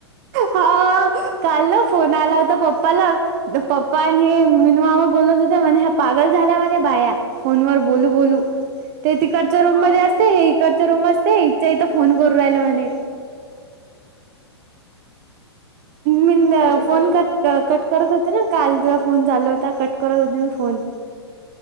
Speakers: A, on the right (about 40°); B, on the right (about 80°).
A: हा काल फोन आला होता पप्पाला पप्पा आणि हे मीनमामा बोलत होते म्हणे ह्या पागल झाल्या म्हणे बाया फोनवर बोलू बोलू ते तिकडच्या रूम
B: हो
A: मध्ये असते
B: ना
A: हे इकडच्या रूम असते इच्या इथं फोन करू राहिलं म्हणे. मंद
B: नाही
A: फोन
B: तर
A: कर कट करत होते ना काल फोन चाल होता कट करत होते म फोन